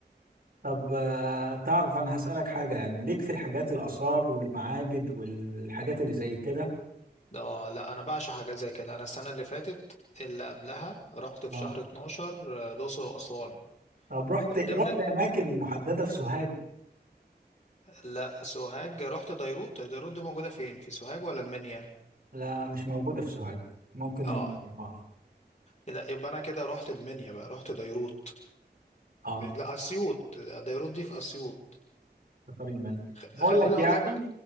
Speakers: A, on the right; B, on the left.
A: طب آه، تعرف انا هسألك حاجة يعني ليك في الحاجات الآثار والمعابد والحاجات اللي زي كده
B: ده آه، لا أنا بعشق حاجة زي كده أنا السنة اللي فاتت اللي قبلها رحت في
A: اه
B: شهر 12 آه، الأقصر وأسوان
A: طب رحت
B: من
A: رحت
B: ضمن
A: اماكن محددة في سوهاج
B: لا سوهاج رحت ديروت ديروت دي موجودة فين في سوهاج ولا المنيا
A: لا مش موجودة في سوهاج ممكن
B: اه
A: المنيا اه
B: لا يبقى أنا كده رحت المنيا بقى رحت ديروت
A: اه
B: م- لا أسيوط ديروت دي في أسيوط
A: سفر المنيا
B: خ-
A: بقول
B: خليني
A: لك
B: أقول
A: يعني
B: لك